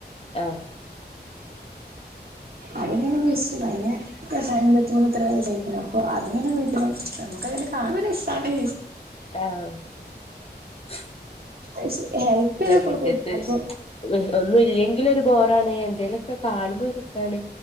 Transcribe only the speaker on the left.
ആ
ആഹ <unintelligible>
ആ
മുറ്റത്ത്
<unintelligible> ഒന്നും ഇല്ലെങ്കിൽ ഒരു ബോറാണ് എന്തേലുംക്കെ കാണുമ്പോ രസമാണ്